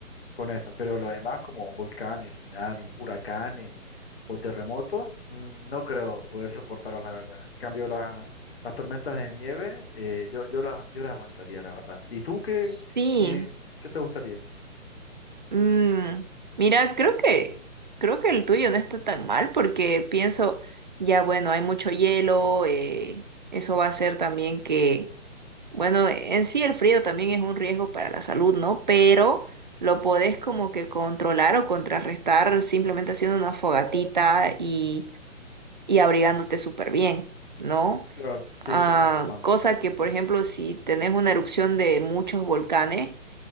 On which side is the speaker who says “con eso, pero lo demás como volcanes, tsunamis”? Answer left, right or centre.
Left